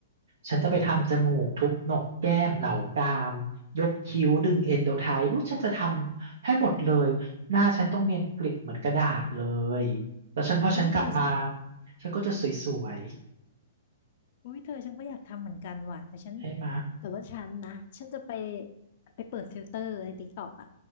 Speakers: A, on the right; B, on the left.
A: ฉันจะไปทำจมูกทุบโหนกแก้มเหล่ากรามยกคิ้วดึงเอนโดไทป์อุ้ยฉันจะทำให้หมดเลยหน้าฉันต้องเนียนกริบเหมือนกระดาษเลย
B: อืม
A: แล้วฉันพอฉันกลับมา
B: โอ้ยเธอฉัน
A: ฉันก็จะสวย
B: อุ้ยเธอฉันก็อยากทำเหมือนกันว่ะแต่ฉัน
A: ๆใช่ไหมะ
B: แต่ว่าฉันนะฉันจะไปไปเปิดฟิลเตอร์ในติ๊กตอกอ่ะ